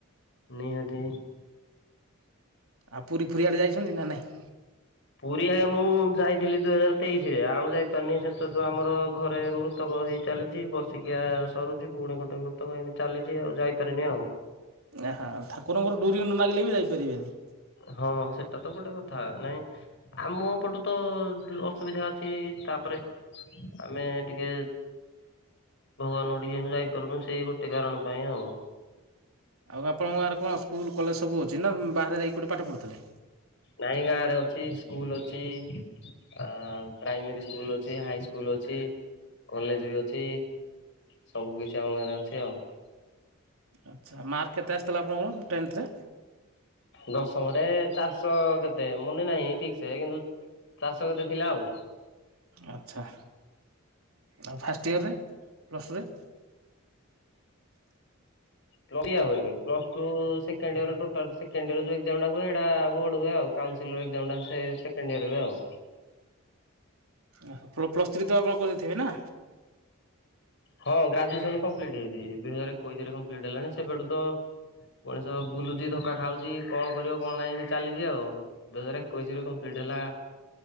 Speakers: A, on the left; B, on the right.
A: ନିହାତି।
B: ଆ ପୁରୀ ଫୁରି ଆଡ଼େ ଯାଇଛନ୍ତି ନା ନାଇଁ?
A: ପୁରୀ ଆଜ୍ଞା ମୁଁ ଯାଇଥିଲି ଦୁଇ ହଜାର ତେଇଶିରେ ଆଉ ଯାଇ ପାରିନି ସେତେବେଳ ଆମର ଘରେ ମୃ ମୃତବ ହେଇ ଚାଲିଛି ବର୍ଷିକିଆ ସରୁଛି ପୁଣି ଗୋଟେ ମୃତବ ହେନ୍ତୀ ଚାଲିଛି ଆଉ ଯାଇପାରିନି ଆଉ।
B: ଆ ହା ଠାକୁରଙ୍କର ଡୋରି ନ ଲାଗିଲେ ବି ଯାଇ ପାରିବେନି।
A: ହଁ ସେଟା ତ ଗୋଟେ କଥା ନାଇଁ ଆମ ପଟୁ ତ ଅସୁବିଧା ଅଛି ତାପରେ ଆମେ ଟିକେ ଭଗବାନ କତିକି ଆମେ ଯାଇପାରୁନୁ ସେଇ ଗୋଟେ କାରଣ ପାଇଁ ଆଉ।
B: ଆଉ ଆପଣଙ୍କ ଗାଁରେ କଣ ସ୍କୁଲ କଲେଜ ସବୁ ଅଛି ନା ବାହାରେ ଯାଇକି ଗୋଟେ ପାଠ ପଢ଼ୁଥିଲେ?
A: ନାଇଁ ଗାଁରେ ଅଛି ସ୍କୁଲ ଅଛି। ଆ ପ୍ରାଇମେରୀ ସ୍କୁଲ ଅଛି ହାଇ ସ୍କୁଲ ଅଛି। କଲେଜ ବି ଅଛି ସବୁ କିଛି ଆମ ଗାଁରେ ଅଛି ଆଉ।
B: ଆଚ୍ଛା ମାର୍କ କେତେ ଆସିଥିଲା ଆପଣଙ୍କର ଟେନ୍ଥରେ?
A: ଦଶମରେ ଚାରିଶହ କେତେ ମନେ ନାହିଁ ଠିକ ସେ କିନ୍ତୁ ଚାରିସ କେତେ ଥିଲା ଆଉ।
B: ଆଚ୍ଛା ଆଉ ଫାଷ୍ଟ ଇୟରରେ ପ୍ଲସ୍ ଟୁରେ?
A: <unintelligible> Plus two second year total second year ଯୋଉ ଏଗ୍ଜାମ ଟା ହୁଏ ସେଟା ବୋର୍ଡ ହୁଏ ଆଉ। କାଉନସିଲ ଏଗ୍ଜାମଟା ସେ-ସେକେଣ୍ଡ ଇଅର ହୁଏ ଆଉ।
B: ଅହ ପ୍ଲ-ପ୍ଲସ୍ ଥ୍ରୀ ତ ଆପଣ କରିଥିବେ ନା?
A: ହଁ ଗ୍ରାଜୁଏସନ କମ୍ପ୍ଲିଟ୍ ହେଇଛି ଦୁଇ ହଜାର ଏକୋଇଶରେ କମ୍ପ୍ଲିଟ୍ ହେଲାଣି ସେବେଠୁ ତ ମଣିଷ ବୁଲୁଛି ଧୋକ୍କା ଖାଉଚି କଣ କରିବ କଣ ନାହିଁ ଚାଲିଚିଆଉ <unintelligible> ବୁଝିଲୁ କମ୍ପ୍ଲିଟ୍ ହେଲା